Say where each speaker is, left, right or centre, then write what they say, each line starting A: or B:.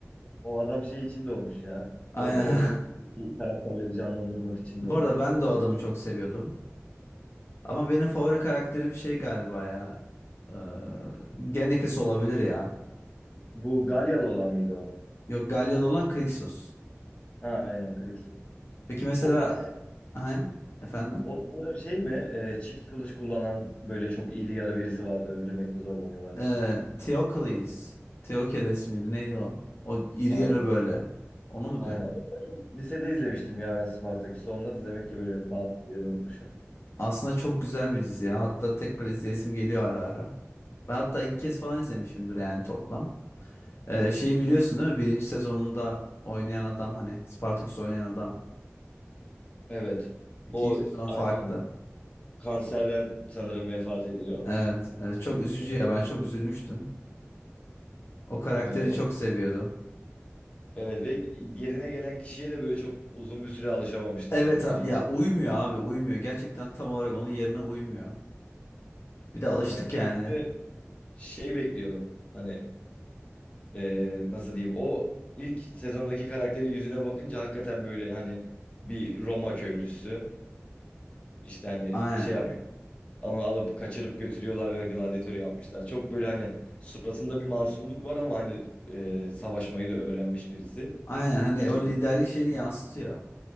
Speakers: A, on the left; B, on the left.
A: O adam şey için doğmuş ya.
B: Aynen.
A: O, o dönem ilk karakterleri canlandırmak
B: <laughs>
A: için
B: Bu
A: doğmuş.
B: arada ben de o adamı çok seviyordum. Ama benim favori karakterim şey galiba ya. Ee, Genekis olabilir ya.
A: Bu Galyalı olan mıydı o?
B: Yok Galyalı olan Krixus.
A: Ha aynen Krixus.
B: Peki mesela
A: O, ba-
B: e, ha, efendim?
A: o sanırım şey mi? E, çift kılıç kullanan böyle çok iri yarı birisi vardı. Öldürmekte zorlanıyorlardı.
B: Ee, Theocles. Theocles miydi? Neydi o? O iri
A: Aynen.
B: yarı böyle. Onu mu
A: Aynen.
B: diyorsun?
A: Onu da çok lisede izlemiştim ya ben Spartaküs'ü. Onda da demek ki böyle bazı şeyleri unutmuşum.
B: Aslında çok güzel bir dizi ya. Hatta tekrar izleyesim geliyor ara ara. Ben hatta iki kez falan izlemişimdir yani toplam. Ee, şeyi biliyorsun değil mi? Birinci sezonunda oynayan adam hani Spartaküs oynayan adam.
A: Evet.
B: İkinci
A: O
B: sezon farklı.
A: aynen kanserden sanırım vefat ediyor.
B: Evet. e, çok üzücü
A: Sonrasında
B: ya. Ben çok
A: bu-
B: üzülmüştüm. O karakteri
A: Aynen. O
B: çok seviyordum.
A: Evet ve yerine gelen kişiye de böyle çok uzun bir süre alışamamıştım
B: Evet
A: ben.
B: a-
A: Biri,
B: ya uymuyor abi uymuyor. Gerçekten tam olarak onun yerine uymuyor. Bir de alıştık
A: yani çünkü
B: yani.
A: böyle şey bekliyordum. Hani eee, nasıl diyeyim? O ilk sezondaki karakterin yüzüne bakınca hakikaten böyle hani bir Roma köylüsü işte hani
B: Aynen.
A: şey yapıyor. Onu alıp kaçırıp götürüyorlar ve gladyatör yapmışlar. Çok böyle hani suratında bir masumluk var ama hani eee, savaşmayı da öğrenmiş birisi.
B: Aynen hani
A: İk-
B: o liderlik şeyini yansıtıyor.